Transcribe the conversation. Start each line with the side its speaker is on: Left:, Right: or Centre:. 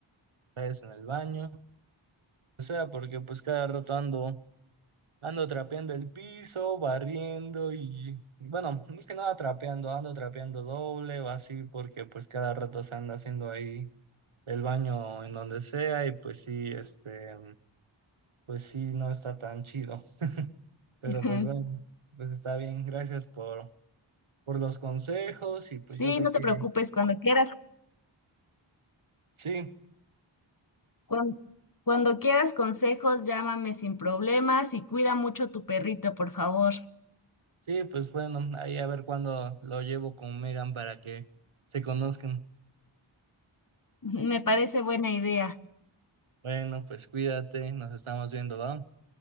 Right: otra vez en el baño, o sea, porque pues cada rato ando, ando trapeando el piso, barriendo y, bueno, más que nada trapeando, ando trapeando doble o así, porque pues cada rato se anda haciendo ahí el baño en donde sea y pues sí, este, pues sí, no está tan chido, pero
Left: Ujú.
Right: pues bueno, pues está bien, gracias por, por los consejos y pues
Left: Sí,
Right: yo creo
Left: no te
Right: que
Left: preocupes, cuando quieras,
Right: sí.
Left: cuan- cuando quieras consejos, llámame sin problemas y cuida mucho tu perrito, por favor.
Right: Sí, pues bueno, ahí a ver cuándo lo llevo con Megan para que se conozcan.
Left: <laughs> Me parece buena idea.
Right: Bueno, pues cuídate, nos estamos viendo, ¿va?